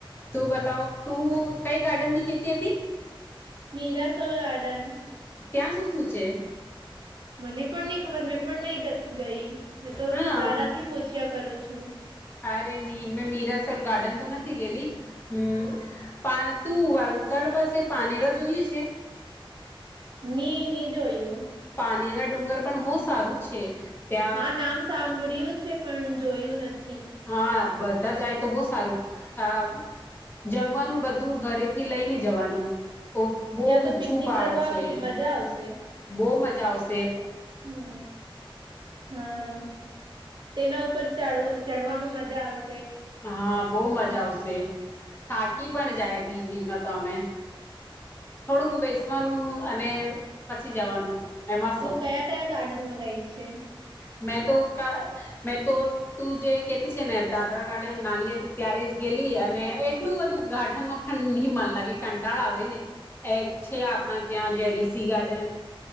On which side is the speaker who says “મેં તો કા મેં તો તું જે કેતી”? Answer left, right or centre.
Left